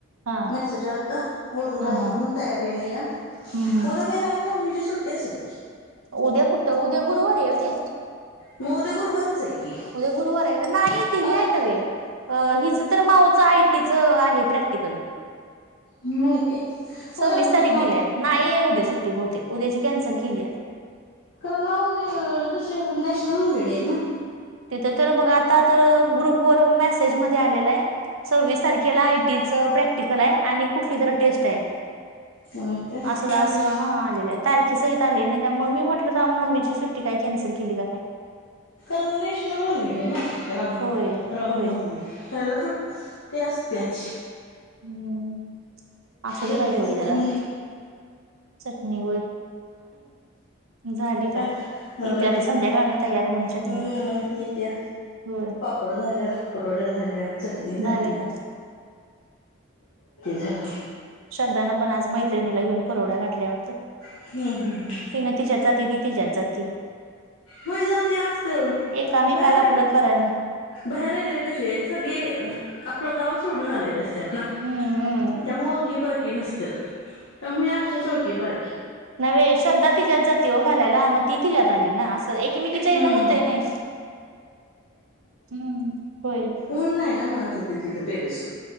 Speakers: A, on the right (about 75°); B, on the left (about 70°).
A: हा
B: मेसेज आलता ऊरला
A: हा
B: आहे
A: हा
B: म्हणून तयारी नाही या.
A: हम्म हम्म
B: उद्या काय राम नवमी च सुट्टी असल
A: उद्या कुठे उद्या गुरुवारी आहे हो ते.
B: मग उद्या गुरुवारच आहे की
A: उद्या गुरुवार आहे नाही ते हे
B: आज
A: आहे. नव्हे हिचं तर माऊचं आयटीचं आहे प्रॅक्टिकल.
B: होय
A: सव्वीस
B: उद्या म्हटलं
A: तारीख
B: राव
A: दिलीय नाहीय उद्या सुट्टीवतील उद्याची कॅन्सल केली.
B: कारण नाऊ म एक नॅशनल हॉलिडे आहे ना.
A: तिथं तर बगा आता तर ग्रुप वर मेसेज मध्ये आलेला आहे सव्वीस तारखेला आयटीच प्रॅक्टिकल आहे आणि कुठली तरी टेस्ट आहे.
B: काय
A: असं
B: काय
A: असं
B: माहित
A: हा आले. तारखी सहित आले नाही त्यामुळे मी म्हटलं रामनवमीची सुट्टी काही कॅन्सल केली काय.
B: नॅशनल हॉलिडे आहे ना राम
A: होय
B: रामनवमी.
A: होय
B: हेला सुट्टी असस्तेच
A: हम्म असु
B: चटणी
A: दे बाई तेवढी
B: चटणी
A: जरा. चटणी होय झाली
B: काय
A: का
B: होय
A: येथे आता संध्याकाळन तयार होऊन चटणी.
B: हम्म मी त्या
A: होय
B: पापड झाल्या कुरड्या झाल्या चटणी झाली
A: झालं का
B: झाल....
A: श्रध्धान पण आज मैत्रिणीला घेऊन कुरड्या घातल्या वाटतं
B: हम हं हं
A: ती न तिच्यात जाते ती तिच्यात जाती
B: होय जरा ते असतेय ओ
A: एकामेकाला
B: बाहेर-
A: आपलं करण
B: बाहेर आले कशे सगळे आपलं गाव सोडून आलेत त्यात ना
A: हम्म हम्म
B: त्यामुळं ओळखी पाळकी नसत्यात त्यामुळे अशाच ओळखी पाळक्-
A: नवे श्रधा तिच्यात जाती हो घालायला म ति तीयात आली ना अस्- त एकीमेकीच्यानं
B: हम्म
A: होतय नई हम्म होय
B: ऊण नाई ना म तीथं टेटस